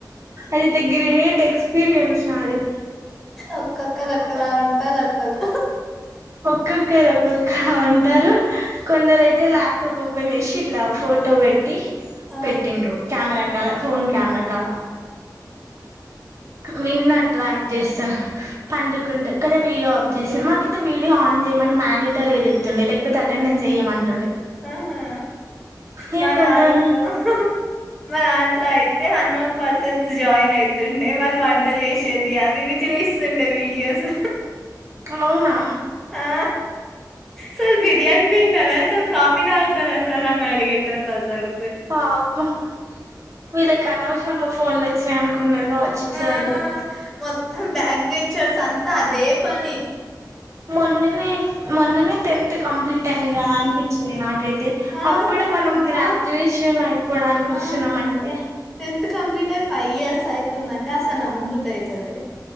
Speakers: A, on the right; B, in the centre.
A: అయితే గ్రేట్ ఎక్స్పీరియన్స్ నాది.
B: ఒక్కొక్కరు
A: చాలా
B: ఓక్కలా ఉంటారు అసలు.
A: ఒక్కొక్కరు ఒక్కొక్కల ఉంటారు కొందరైయితే లాబ్. లాప్టాప్ ఓపెన్ జేషి ఇట్లా ఫోటో వేట్టి
B: ఆ
A: పెట్టిండ్రు కెమెరా. ఫోన్ కెమెరా కాడ. విన్నట్రక్ జేస్త పండుకుంటారు కానీ వీడియో ఆఫ్ చేస్తారు మాకైతే వీడియో ఆన్. ఆన్జేమన్ మాండేటర్గా జేప్తుండే లెక్పోతే అటెండెస్ ఎయ్యమని.
B: ఆహా
A: ఇక
B: మదంట్లో
A: కొంతమంది
B: మాదంట్. ట్లా అయితే అన్నోన్ పర్సెంట్స్ జాయిన్ అయితుండే వాళ్ళు వంట జేషేది అవివి చూపిస్తుండేవి వీడియోస్
A: అవునా
B: ఆ సర్ బిర్యాని దింటరా సర్ కాఫీ తాగుతారు సార్ అన్ అడిగేటోళ్ళు అస్సలు
A: పాపం వీళ్ళకానాశర్నగా ఫోన్ లో చై అనుకున్నారుగవచ్చు సార్లు
B: ఆ మొత్తం బ్యాక్ బెంచర్స్ అంతా అదే పని.
A: మొన్ననే మొన్ననే టెన్త్ కంప్లీటైదిగదనిపించింది నాకైతే.
B: ఆ
A: అప్పుడే మనం
B: కదా
A: గ్రాడ్యుయేషన్ అయిపోవడానికి
B: ఆ
A: ఓస్తున్నామంటే.
B: టెన్త్ కంప్లీటై ఫైవ్ ఇయ. దంటే అసలు నమ్మ బుద్ద్దేయతలే.